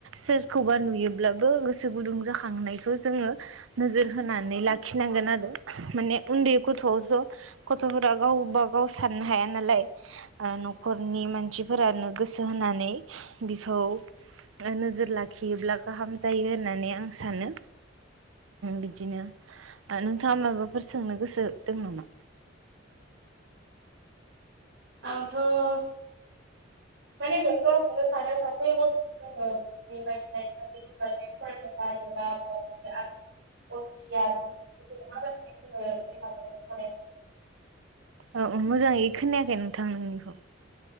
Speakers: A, on the right; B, on the right.
A: सोर सोरखौबा नुयोब्लाबो गोसो गुदुं जाखांनायखौ जोङो नोजोर होनानै लाखिनांगोन आरो माने उन्दै गथ'आवस गथ'फोरा गाव ब गाव साननो हाया नालाय न'खरनि मानसिफोरानो गोसो होनानै बिखौ नोजोर लाखियोब्ला गाहाम जायो होननानै आं सानो बिदिनो नोंथाङा माबाफोर सोंनो गोसो दं नामा
B: आंथ' मानेथ सोंनो सानो सासे गथ'खौ जोङो बेबायदिहाय सासे गथ'आ जे फरायनो बायो बा अलसिया जों जोङो फ
A: औ मोजाङै खोनायाखै नोंथां नोंनिखौ